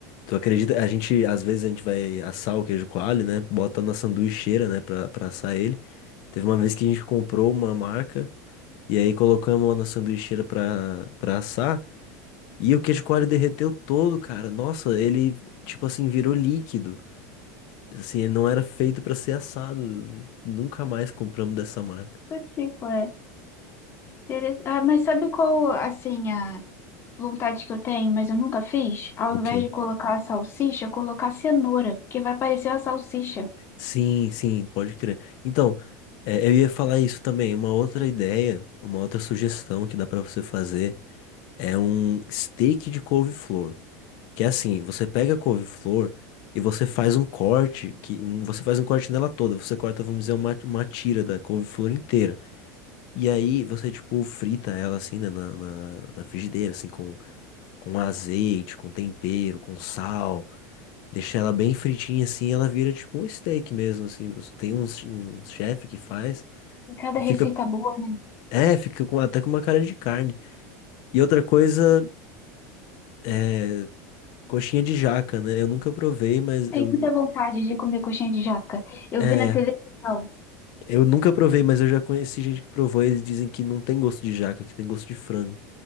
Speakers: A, on the left; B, on the left.
A: Tu acredita? A gente, às vezes, a gente vai assar o queijo coalho, né? Bota na sanduicheira, né? Pra, pra assar ele. Teve uma vez que a gente comprou uma marca e aí colocamos lá na sanduicheira pra, pra assar. E o queijo coalho derreteu todo, cara. Nossa, ele, tipo assim, virou líquido. Assim, ele não era feito pra ser assado. Nunca mais compramos dessa marca.
B: Do tipo, é. interess- Ah, mas sabe qual, assim, a vontade que eu tenho, mas eu nunca fiz? Ao
A: O
B: invés
A: quê?
B: de colocar a salsicha, colocar cenoura, porque vai parecer uma salsicha.
A: Sim, sim, pode crer. Então, é, eu ia falar isso também. Uma outra ideia, uma outra sugestão que dá pra você fazer. É um steak de couve-flor. Que é assim, você pega a couve-flor e você faz um corte, que um- você faz um corte nela toda. Você corta, vamos dizer, uma, uma tira da couve-flor inteira. E aí você, tipo, frita ela assim, né, na, na, na frigideira, assim, com, com azeite, com tempero, com sal. Deixa ela bem fritinha assim, ela vira tipo um steak mesmo, assim. Você- Tem uns, um chefe que faz
B: E cada
A: e fica,
B: receita boa, né?
A: é, fica com, até com uma cara de carne. E outra coisa. é, Coxinha de jaca, né? Eu nunca provei, mas
B: Tem
A: eu.
B: muita vontade de comer coxinha de jaca. Eu
A: É,
B: vi na televisão.
A: eu nunca provei, mas eu já conheci gente que provou e eles dizem que não tem gosto de jaca, que tem gosto de frango.